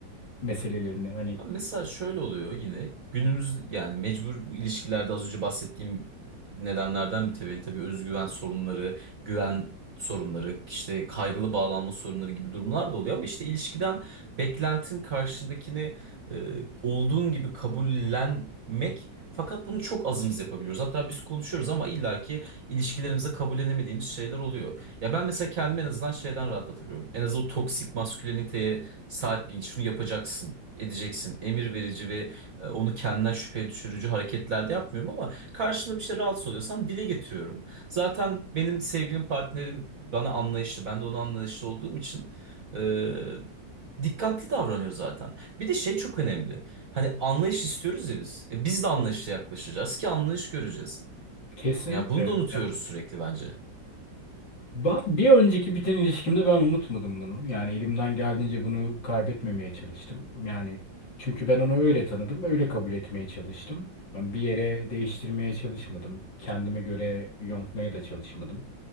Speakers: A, on the left; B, on the right.
A: meselelerini? Hani
B: Abi Mesela şöyle oluyor yine günümüz yani mecbur bu ilişkilerde az önce bahsettiğim nedenlerden mütevellit tabii özgüven sorunları, güven sorunları, işte kaygılı bağlanma sorunları gibi durumlar da oluyor ama işte ilişkiden beklentin karşındakini e, olduğun gibi kabullenmek fakat bunu çok azımız yapabiliyoruz. Hatta biz konuşuyoruz ama illaki ilişkilerimize kabullenemediğimiz şeyler oluyor. Ya ben mesela kendimi en azından şeyden rahatlatabiliyorum. En azından o toksik masküleniteye Saat bil, şunu yapacaksın, edeceksin. Emir verici ve e, onu kendinden şüpheye düşürücü hareketlerde yapmıyorum ama karşında bir şey rahatsız oluyorsan dile getiriyorum. Zaten benim sevgilim partnerim bana anlayışlı, ben de ona anlayışlı olduğum için e, dikkatli davranıyor zaten. Bir de şey çok önemli. Hani anlayış istiyoruz ya biz. E, biz de anlayışla yaklaşacağız ki anlayış göreceğiz.
A: kesinlikle.
B: Ya bunu da unutuyoruz sürekli bence.
A: Ba- Bir önceki biten ilişkimde ben unutmadım bunu. Yani elimden geldiğince bunu kaybetmemeye çalıştım. Yani çünkü ben onu öyle tanıdım, öyle kabul etmeye çalıştım. Ben bir yere değiştirmeye çalışmadım. Kendime göre yontmaya da çalışmadım.